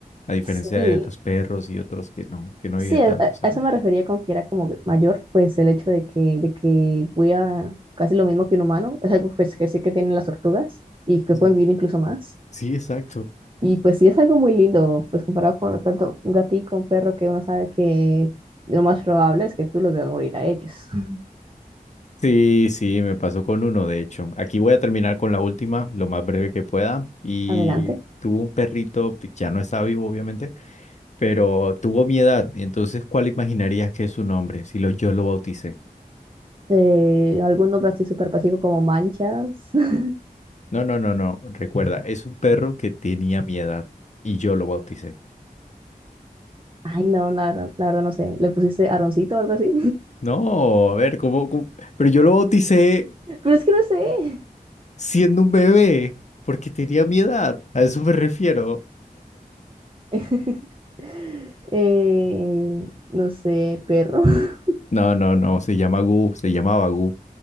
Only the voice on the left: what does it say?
A diferencia
de tus perros y otros que no, que no
viven
tanto,
¿sabes?
Mm.
Sí, exacto.
Sí, sí, me pasó con uno, de hecho. Aquí voy a terminar con la última, lo más breve que pueda. Y
tuvo un perrito, que ya no está vivo, obviamente pero tuvo mi edad, y entonces, ¿cuál imaginarías que es su nombre si lo, yo lo bauticé?
No, no, no, no, recuerda, es un perro que tenía mi edad y yo lo bauticé.
No, a ver, ¿cómo, cómo? Pero yo lo bauticé
siendo un bebé porque tenía mi edad, a eso me refiero.
No, no, no, se llama Gu, se llamaba Gu,